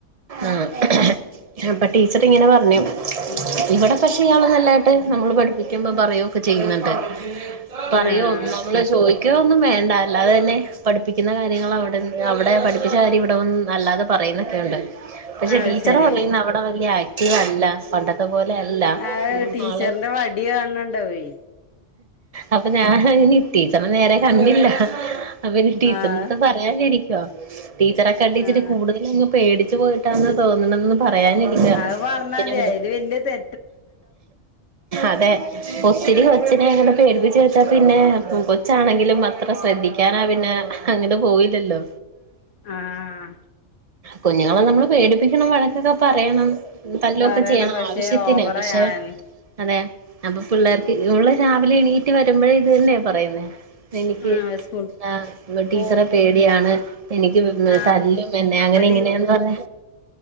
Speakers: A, on the right (about 45°); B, on the left (about 75°).
A: ആഹ് അപ്പൊ ടീച്ചർ ഇങ്ങനെ പറഞ്ഞു
B: ഉം
A: ഇവിടെ പക്ഷെ ഇയാള് നല്ലതായിട്ട് നമ്മള് പഠിപ്പിക്കുമ്പോ പറയൊക്കെ ചെയ്യുന്നുണ്ട് പറയോ
B: ആഹ്
A: നമ്മള് ചോദിക്കുക ഒന്നും വേണ്ട അല്ലാതെ തന്നെ പഠിപ്പിക്കുന്ന കാര്യങ്ങൾ അവിടെ അവിടെ പഠിപ്പിച്ച കാര്യം ഇവിടെ വന്ന് അല്ലാതെ പറയുന്നൊക്കെയുണ്ട്. പക്ഷെ
B: അത്
A: ടീച്ചർ
B: ശരി
A: പറയുന്ന അവിടെ വലിയ ആക്റ്റീവ് അല്ല പണ്ടത്തെ പോലെ അല്ല
B: അത് ടീച്ചറിന്റെ
A: ആള്
B: വടി കാണ്ണ്ടാവേ
A: അപ്പൊ ഞാൻ ഇനി ടീച്ചറിനെ നേരെ കണ്ടില്ല അപ്പൊ ഇനി ടീച്ചറിന്റെ
B: ആഹ്
A: പറ പറയാനിരിക്ക ടീച്ചറൊക്കണ്ടിട് ഇച്ചിരി
B: ആഹ്
A: കൂടുതല അങ്ങ് പേടിച്ച് പോയിട്ടാന്ന് തോനണേന്ന് പറയാനിരിക്കുവ.
B: അത് പറഞ്ഞാ
A: പിന്നെ
B: മതി
A: വിട്
B: അതില് വലിയ തെ
A: അതെ. ഒത്തിരി കൊച്ചിനെ അങ്ങനെ പേടിപ്പിച്ച് വെച്ചാ പിന്നെ കൊച്ചാണെങ്കിലും അത്ര ശ്രദ്ധിക്കാനാ പിന്നെ. അങ്ങനെ പോവില്ലല്ലോ.
B: ആഹ്
A: കുഞ്ഞുങ്ങളെ നമ്മള് പേടിപ്പിക്കണം വഴക്കൊക്കെ പറയണം. തല്ലൊക്കെ
B: പറയണം
A: ചെയ്യണം
B: പക്ഷെ
A: ആവശ്യത്തിന്
B: ഓവറായി
A: പഷെ
B: ആഹ്
A: അതെ അപ്പൊ പിള്ളേർക്ക് ഇവള് രാവിലെ എണീറ്റ് വര്മ്പഴേ ഇതെന്ന്യാ പറയുന്നേ. എനിക്ക്
B: ആഹ് സ്കൂൾ
A: എന്താ ടീച്ചറേ
B: പോ
A: പേടിയാണ്. എനിക്ക് പി
B: ആഹ്
A: തല്ലും എന്നെ
B: അപ്പൊ
A: അങ്ങനെ ഇങ്ങനേന്ന് പർഞ്ഞ